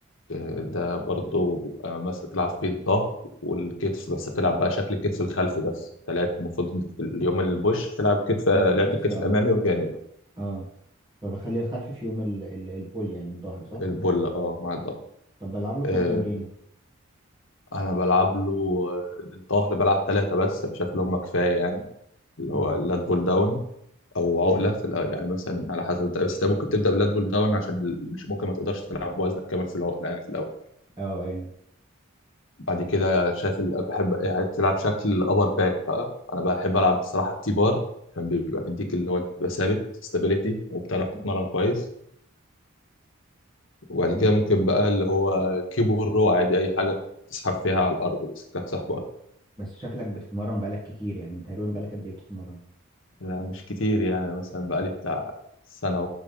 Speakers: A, on the left (about 65°); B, on the right (about 20°).
A: آه، ده برضو بيبقى مثلا تلعب فيه الظهر والكتف بس بتلعب بقى شكل الكتف الخلفي بس انت لعبت المفروض في اليوم البوش بتلعب كتف
B: لعبت
A: لعبت
B: كتف
A: الكتف
B: أه
A: الامامي والجانبي
B: اه فبخلي الخلفي في يوم ال... ال... البول يعني الظهر صح
A: البول اه مع الظهر
B: طب بلعب له كام
A: آه،
B: تمرينه
A: انا بلعب له الظهر بلعب ثلاثة بس أنا شايف اللي هم كفاية يعني اللي
B: اه
A: هو اللات بول داون او عقلة
B: تمام
A: في الأ- يعني مثلا على حسب انت بس انت ممكن تبدأ باللات بول داون عشان ال- مش ممكن ما تقدرش تلعب بوزنك كامل في العقلة يعني في الاول
B: اه ايوه
A: بعد كده شايف ال- بحب يعني تلعب شكل ابر باك بقى انا بحب العب الصراحة التي بار عشان بيبقى مديك اللي هو أنت بتبقى ثابت ستابيليتي وبتعرف تتمرن
B: م-
A: كويس وبعد
B: م-
A: كده ممكن بقى اللي هو كيبورو عادي اي حاجة تسحب فيها على الارض بس كسحب
B: م. بس شكلك بتتمرن بقالك كتير يعني تقريبا بقالك قد ايه بتتمرن
A: لا مش كتير يعني أنا مثلا بقالي بتاع سنة